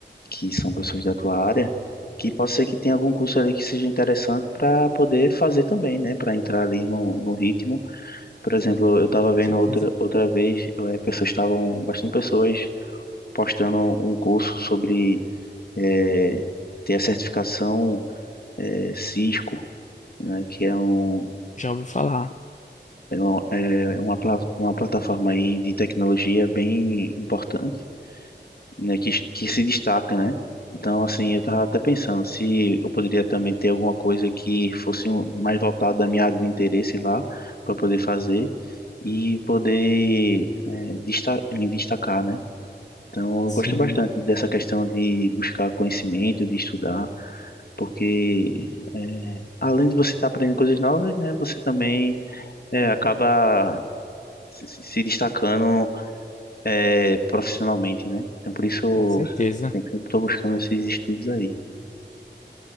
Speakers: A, on the left (about 55°); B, on the left (about 40°).
A: que são pessoas da tua área, que pode ser que tenha algum curso ali que seja interessante para poder fazer também, né, para entrar ali no, no ritmo Por exemplo, eu estava
B: com
A: vendo
B: certeza.
A: outra, outra vez, eh, pessoas estavam, bastante pessoas postando um curso sobre eh, ter a certificação eh, Cisco, né, que é, um,
B: Já ouvi falar.
A: é, um- é uma, pla- uma plataforma aí de tecnologia bem importante né, que, que se destaca, né? Então, assim, eu tava até pensando se eu poderia também ter alguma coisa que fosse um- mais voltada da minha área de interesse lá, para poder fazer e poder é, desta- me destacar, né? Então, eu
B: Sim,
A: gosto bastante dessa questão de buscar conhecimento, de estudar, porque é, além de você estar aprendendo coisas novas, né, você também é, acaba se se- se destacando é, profissionalmente, né? Então, por isso, eu
B: com certeza.
A: sempre estou buscando esses estudos aí.